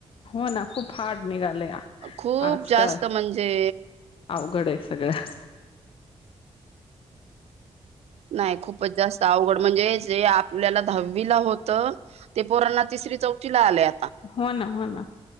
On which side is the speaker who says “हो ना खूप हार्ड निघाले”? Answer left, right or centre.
Left